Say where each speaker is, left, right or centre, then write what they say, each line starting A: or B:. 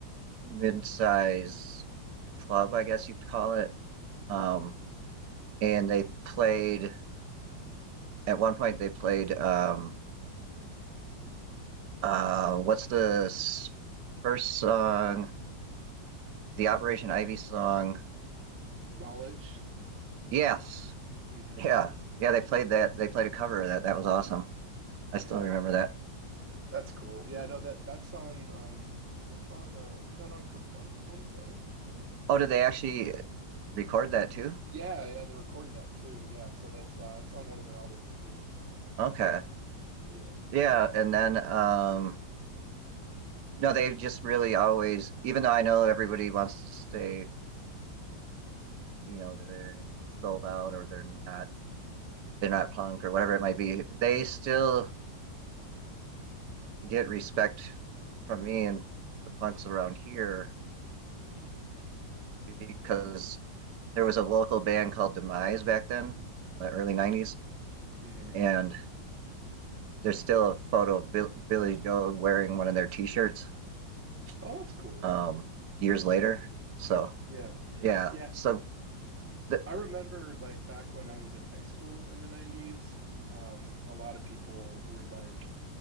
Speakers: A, on the right; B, on the right.
A: mid-size club I guess you'd call it um
B: hmm
A: and they played at one point they played um uh what's the s- first song the Operation Ivy song
B: Knowledge.
A: Yes.
B: hmm
A: Yeah. Yeah, they played that they played a cover of that. That was awesome. I
B: Yeah.
A: still remember that.
B: That's cool. Yeah, no, that that's on um that's on uh isn't that on Kerplunk, I want to say? Like
A: Oh, did they actually record that too?
B: Yeah, yeah, they recorded that too. Yeah, so that's uh it's on one of their albums too. Um
A: Okay.
B: yeah.
A: Yeah, and then um no, they've just really always even though I know everybody wants to say, you know, they sold out or they're not they're not punk or whatever it might be, they still get respect from me and the punks around here because there was a local band called Demise back then in the early 90s
B: hmm
A: and there's still a photo of Bill, Billy Joe wearing one of their T-shirts
B: Oh, that's cool.
A: um, years later. So
B: Yeah.
A: yeah,
B: Yeah.
A: so th-
B: I remember like back when I was in high school in the 90s, um, a lot of people were like